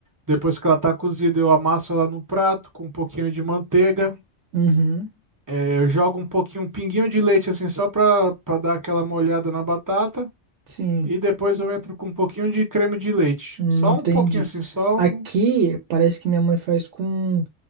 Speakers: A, on the right (about 25°); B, on the right (about 70°).
A: Depois que ela tá cozida, eu amasso ela no prato com um pouquinho de manteiga.
B: uhum.
A: Eu jogo um pouquinho, um pinguinho de leite assim, só pra, pra dar aquela molhada na batata.
B: Sim,
A: E depois eu entro com um pouquinho de creme de leite.
B: hum,
A: Só
B: entendi.
A: um pouquinho assim, só
B: Aqui
A: um
B: parece que minha mãe faz com